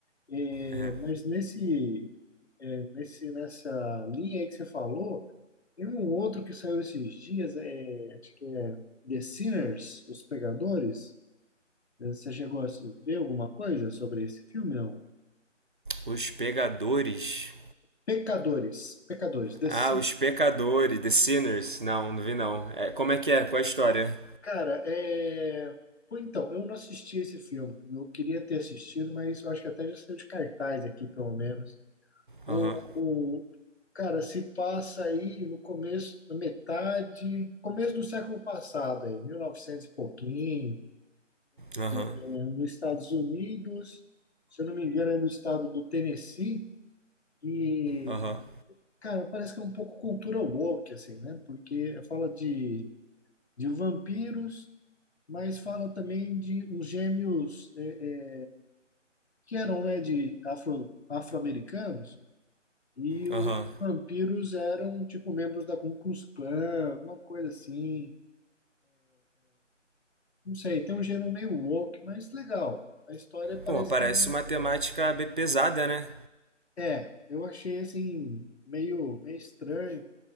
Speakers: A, on the left; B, on the right.
A: É,
B: é.
A: mas nesse, é, nesse, nessa linha aí que você falou, tem um outro que saiu esses dias, é, acho que é The Sinners, Os Pecadores. Você chegou a ver alguma coisa sobre esse filme? Não.
B: Os Pegadores.
A: Pecadores, Pecadores, The
B: Ah,
A: Sinners.
B: Os Pecadores, The Sinners. Não, não vi não. É, como é que é? Qual é a história?
A: Cara, é... Pô, então, eu não assisti esse filme. Eu queria ter assistido, mas eu acho que até já saiu de cartaz aqui, pelo menos. O,
B: Aham,
A: o- cara se passa aí no começo, na metade, começo do século passado aí, 1900 e novecentos e pouquinho,
B: aham,
A: né, nos Estados Unidos, se eu não me engano, é no estado do Tennessee, e,
B: aham,
A: cara, parece que é um pouco cultura woke, assim, né? Porque fala de, de vampiros, mas fala também de uns gêmeos eh, eh, que eram, né, de afro, afro-americanos, E os
B: aham.
A: vampiros eram, tipo, membros da Ku Klux Klan, uma coisa assim. Não sei, tem um gênero meio woke, mas legal. A história parece
B: Pô, mas parece
A: que é interessante.
B: uma temática bem pesada, né?
A: É, eu achei, assim, meio, meio estranho,